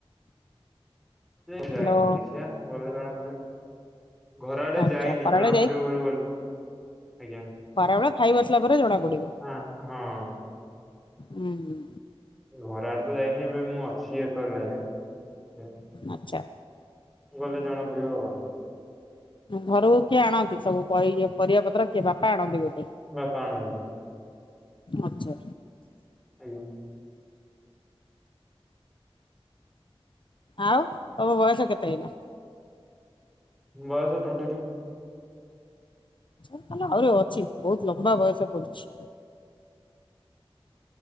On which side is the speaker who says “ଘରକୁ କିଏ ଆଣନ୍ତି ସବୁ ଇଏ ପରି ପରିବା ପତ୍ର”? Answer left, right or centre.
Left